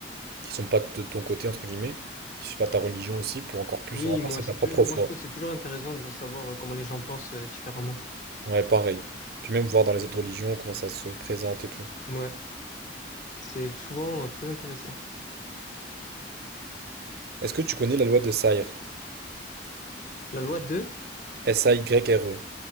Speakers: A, on the right; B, on the left.
A: qui sont pas de ton côté, entre guillemets, qui sont pas ta religion aussi, pour encore plus
B: Oui,
A: renforcer
B: moi, c'est
A: ta propre
B: toujours, moi,
A: foi.
B: je trouve que c'est toujours intéressant de savoir euh, comment les gens pensent euh, différemment.
A: Ouais, pareil. Puis même voir dans les autres religions comment ça se présente et tout.
B: Ouais, c'est souvent euh, très intéressant.
A: Est-ce que tu connais la loi de Sayre?
B: La loi deux,
A: S-A-Y-R-E.